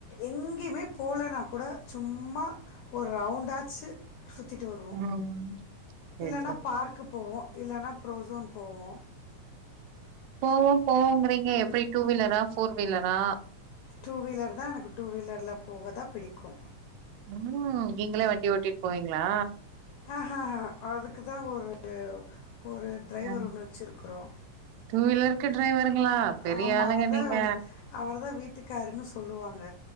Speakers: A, on the left; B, on the right.
A: எங்கயுமே போலன்னா கூட சும்மா ஒரு ரவுண்டாச்சு சுத்திட்டு வருவோ
B: ம் சேரி
A: இல்லன்னா
B: சேரி
A: பார்க்கு போவோ இல்லன்னா புரோசோன் போவோ
B: போவோ போவோங்றீங்க எப்டி டூ வீலரா ஃபோர் வீலரா
A: டூ வீலர் தா எனக்கு டூ வீலர்ல போகதா பிடிக்கு
B: ம் நீங்களா வண்டி ஓட்டிட்டு போவீங்ளா
A: ஆஹ அதுக்குதா ஒரு ஒரு டிரைவர்
B: அ
A: ஒன்னு வச்சிருக்குறோ
B: டூ வீலருக்கு டிரைவருங்களா பெரிய
A: ஆமா
B: ஆளுங்க
A: அவுர்தா
B: நீங்க
A: அவுர்தா வீட்டுக்காருன்னு சொல்லுவாங்க